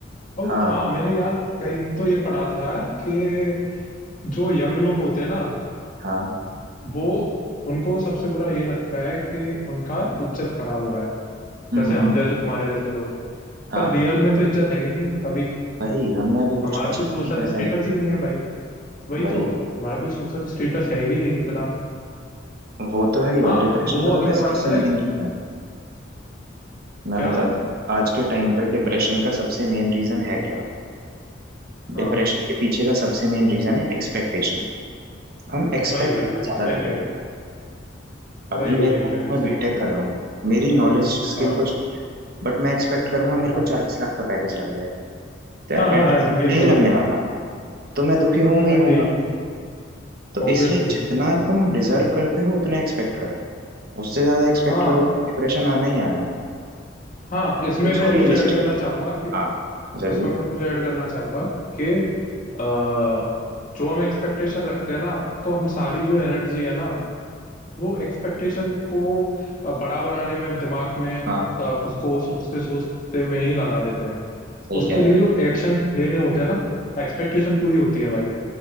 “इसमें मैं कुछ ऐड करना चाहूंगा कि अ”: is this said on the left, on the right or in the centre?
Left